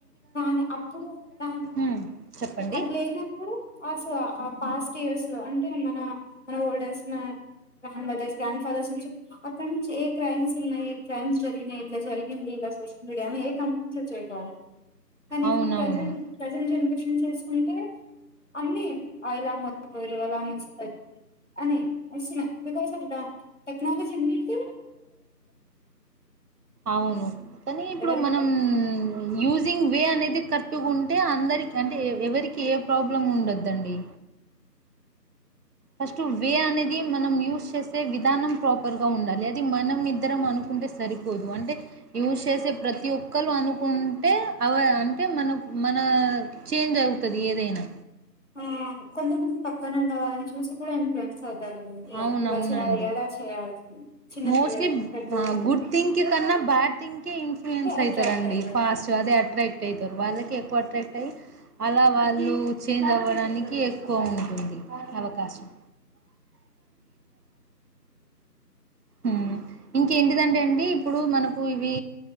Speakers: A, on the left (about 45°); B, on the right (about 65°).
A: తాన్నె అప్పుడు తాన్
B: ఉమ్, చెప్పండి
A: అది లేనప్పుడు, అసల ఆ పాస్ట్ ఇయర్స్ లో అంటే మన మన ఓల్డేజ్ మా గ్రాండ్ మదర్స్, గ్రాండ్ ఫాదర్స్ నుంచు అక్కడ నుంచి ఏ క్రైమ్స్ ఉన్నాయి. క్రైమ్స్ జరిగినయి ఇలా జరిగింది. ఇలా సోషల్ మీడియా అని ఏ కంపెనీస్ ఇట్లాచ్చేవి. కావు కానీ
B: అవునవును
A: ఇప్పుడు ప్రజెం ప్రజెన్ ఏ ఇండేషన్ జేస్కుంటే అన్ని ఆ ఇలా మొత్ టెక్నోలియెలన్ తీస్ అనీ ఇట్స్ మీ విలేజీవి అంట టెక్నాలజీ ఎందీకీ
B: అవును కానీ ఇప్పుడు
A: ఎవరు
B: మనం మ్యూజింగ్ వే అనేది కర్టుగుంటే, ఆ అందరికి అంటే ఎ ఎవరికి ఏ ప్రాబ్లం ఉండద్దండి. ఫస్ట్ వే అనేది మనం యూస్ చేసే విధానం ప్రాపర్ గా ఉండాలి అది మనం ఇద్దరం అనుకుంటే సరిపోదు అంటే యూస్ చేసే ప్రతి ఒక్కరు అనుకుంటే అవ అంటే మన మన చేంజ్ అవుతది ఏదైనా
A: ఆ కొంతమంది పక్కనున్న వాళ్ళని చూసుకోలేం ఫ్రెండ్స్ అతన్ని ఇలా
B: అవునవునండి.
A: ఇలా చేయాలి ఎలా చేయాలని చిన్న
B: మోస్ట్లీ
A: పిల్లలు పెద్దోళ్ళు
B: గుడ్ థింక్ కన్నా బ్యాటింగ్ కి ఇన్ఫ్లుయెన్స్ అయితరండి
A: అట్రాక్ట్ అవుతారు
B: ఫాస్ట్ అదే అట్రాక్ట్ అయి వాళ్ళకి ఎక్కువ అట్రాక్ట్ అయ్యి అలా వాళ్ళు చేంజ్ అవ్వడానికి ఎక్కువ ఉంటుంది అవ కాశం ఉమ్ ఇంకేంటిదంటే అండి ఇప్పుడు మనకు ఇవి